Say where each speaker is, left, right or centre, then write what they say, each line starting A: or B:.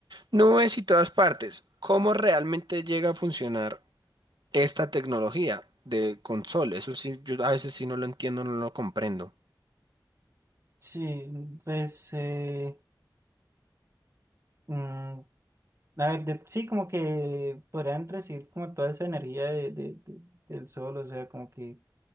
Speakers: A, on the right; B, on the right.
A: Nubes y todas partes. ¿Cómo realmente llega a funcionar esta tecnología de console? Eso sí, yo a veces sí no lo entiendo, no lo comprendo.
B: Sí, pues, eh, mm, a ver, de- sí, como que podrían recibir como toda esa energía de, de- de- del sol, o sea, como que